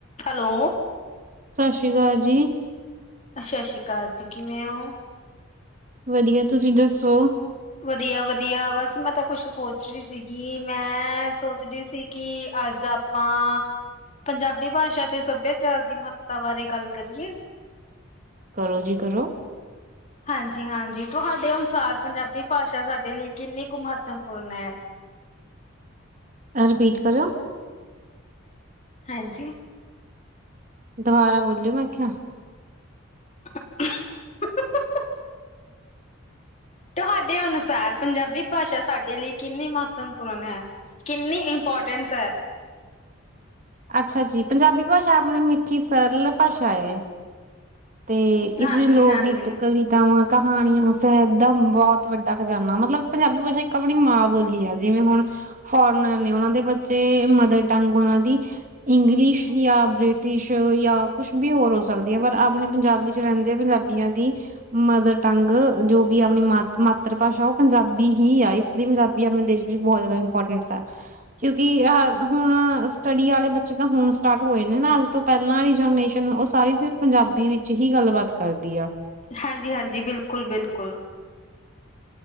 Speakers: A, on the left; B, on the right.
A: Hello
B: ਸਤਿ ਸ਼੍ਰੀ ਅਕਾਲ ਜੀ।
A: ਸਤਿ ਸ੍ਰੀ ਅਕਾਲ ਜੀ, ਕਿਵੇਂ ਓ?
B: ਵਧੀਆ, ਤੁਸੀਂ ਦੱਸੋ?
A: ਵਧੀਆ-ਵਧੀਆ, ਬਸ ਮੈਂ ਤਾਂ ਕੁਛ ਸੋਚ ਰਹੀ ਸੀਗੀ, ਮੈਂ ਸੋਚ ਰਹੀ ਸੀ ਕਿ ਅੱਜ ਆਪ ਆਪਾਂ ਪੰਜਾਬੀ ਭਾਸ਼ਾ ਤੇ ਸੱਭਿਆਚਾਰ ਦੀ ਮਹੱਤਤਾ ਬਾਰੇ ਗੱਲ ਕਰੀਏ?
B: ਕਰੋ ਜੀ, ਕਰੋ।
A: ਹਾਂਜੀ -ਹਾਂਜੀ ਤੁਹਾਡੇ ਅਨੁਸਾਰ ਪੰਜਾਬੀ ਭਾਸ਼ਾ ਸਾਡੇ ਲਈ ਕਿੰਨੀ ਕੁ ਮਹੱਤਵਪੂਰਨ ਹੈ?
B: ਰਪੀਟ ਕਰਓ?
A: ਹਾਂਜੀ।
B: ਦੁਬਾਰਾ ਬੋਲਿਓ ਮੈਂ ਕਿਹਿ ਆ।
A: <inaudible> ਤੁਹਾਡੇ ਅਨੁਸਾਰ ਪੰਜਾਬੀ ਭਾਸ਼ਾ ਸਾਡੇ ਲਈ ਕਿੰਨੀ ਮਹੱਤਵਪੂਰਨ ਹੈ? ਕਿੰਨੀ ਇੰਪੋਰਟੈਂਸ ਹੈ।
B: ਅੱਛਾ ਜੀ, ਪੰਜਾਬੀ ਭਾਸ਼ਾ ਆਪਣੀ ਮਿੱਠੀ ਸਰਲ ਭਾਸ਼ਾ ਏ। ਤੇ
A: ਹਾਂਜੀ
B: ਇਸ ਵਿੱਚ ਲੋਕ
A: ਹਾਂਜੀ,
B: ਗੀਤ ਕਵੀ ਕਹਾਣੀਆਂਦਾਂ ਬਹੁਤ ਵੱਡਾ ਖਜਾਨਾ ਮਤਲਬ ਪੰਜਾਬੀ ਭਾਸ਼ਾ ਇੱਕ ਆਪਣੀ ਮਾਂ ਬੋਲੀ ਆ। ਜਿਵੇਂ ਹੁਣ ਫੋਰਨਰ ਨੇ ਉਹਨਾਂ ਦੇ ਬੱਚੇ ਮਦਰ ਟੰਗ ਉਹਨਾਂ ਦੀ ਇੰਗਲਿਸ਼ ਜਾਂ ਬ੍ਰਿਟਿਸ਼ ਜਾਂ ਕੁਛ ਵੀ ਹੋਰ ਹੋ ਸਕਦੀ ਹੈ ਪਰ ਆਪਣੇ ਪੰਜਾਬੀ ਚ ਰਹਿੰਦੇ ਪੰਜਾਬੀਆਂ ਦੀ ਮਦਰ ਟੰਗ ਜੋ ਵੀ ਆਪਣੀ ਮਾ ਮਾਤਰ ਭਾਸ਼ਾ ਉਹ ਪੰਜਾਬੀ ਹੀ ਆ। ਇਸ ਪੰਜਾਬੀ ਆਪਣੇ ਦੇਸ਼ ਵਿੱਚ ਬਹੁਤ ਜ਼ਿਆਦਾ ਇੰਪੋਰਟਨਸ ਆ। ਕਿਉਂਕਿ ਹੁਣ ਸਟੱਡੀ ਵਾਲੇ ਬੱਚੇ ਤਾਂ ਹੁਣ ਸਟਾਰਟ ਹੋਏ ਨੇ ਨਾ ਅੱਜ ਤੋਂ ਪਹਿਲਾਂ ਵਾਲੀ ਜਨਰੇਸ਼ਨ ਉਹ ਸਾਰੀ ਸਿਰਫ ਪੰਜਾਬੀ ਵਿੱਚ ਹੀ ਗੱਲਬਾਤ ਕਰਦੀ ਆ।
A: ਹਾਂਜੀ -ਹਾਂਜੀ, ਬਿਲਕੁਲ -ਬਿਲਕੁਲ।